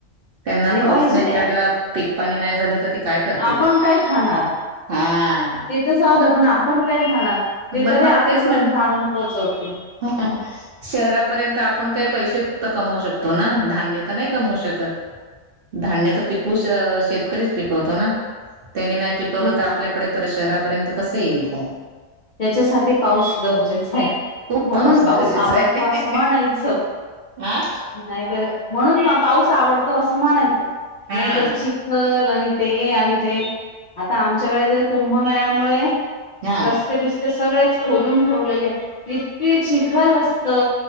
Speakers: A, on the right; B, on the left.
A: त्यांना
B: आणि
A: पाऊस
B: पाहिजे
A: नाय प्याडला पीक पाणी नाय झालं तर ती काय करतील?
B: आपण काय खाणार
A: हां.
B: ते तर जाऊद्या पण आपण काय खाणार ते
A: मग
B: तरी आपल्यापर्यंत
A: मला तेच म्हण
B: आणून पोहोचवतील.
A: <inaudible> शहरापर्यंत आपण काय पैसे फक्त कमवू शकतो ना धान्य तर नाय कमवू शकत.
B: <inaudible>
A: धान्य त पिकवू शेतकरीच पिकवतो ना त्यांनी नाय पिकवलं
B: हम्म
A: त आप पल्याकडे पर शहरापर्यंत कसं येईल काय?
B: त्याच्यासाठी पाऊस गरजेचाय.
A: खूप
B: म्हणून पाऊस
A: गरजेचा
B: आवडतो
A: आहे
B: असं म्हणायच.
A: हा
B: नाय तर म्हणून म पाऊस आवडतो असं म्हणायचं
A: हा
B: नायतर चिक खल आणि ते आणि ते आता आमच्याकडे ते कुंभमेळ्यामुळे
A: हा
B: रस्ते बिस्ते सगळेच खोदून ठेवलेले इतके चिखल असत.